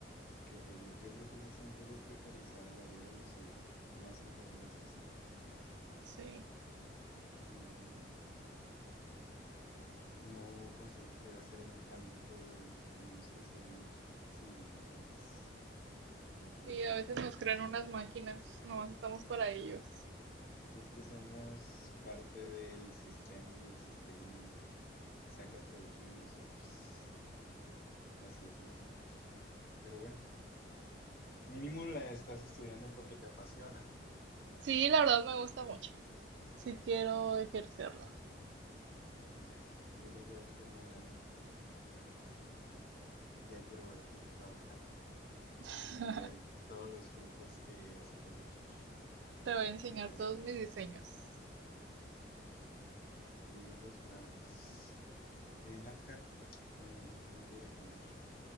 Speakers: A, on the left; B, on the right.
A: qué horrible. Yo creo que sí está un poco precarizada la vida del estudiante, más en carreras así.
B: Sí.
A: No, no considero que deba ser el camino que tenemos que seguir siguiendo, ¿sabes? Por así
B: Sí,
A: decirlo.
B: a veces nos crean unas máquinas, nomás estamos para ellos.
A: Pues que somos parte del sistema y el sistema saca provecho de nosotros. Así ha sido siempre. Pero bueno, mínimo la estás estudiando porque te apasiona, ¿no?
B: Sí, la verdad me gusta mucho. Sí quiero ejercerla.
A: Ya. Ya, ya, ya. Yo creo que vas a ser una gran arquitecta. Ya quiero verte trabajar
B: <laughs>
A: y ver todos los frutos que vas a cosechar
B: Te voy a enseñar
A: con tu esfuerzo.
B: todos mis diseños.
A: No puedo esperar a verlos. Eh, Nadja, eh, tengo que ir a comer.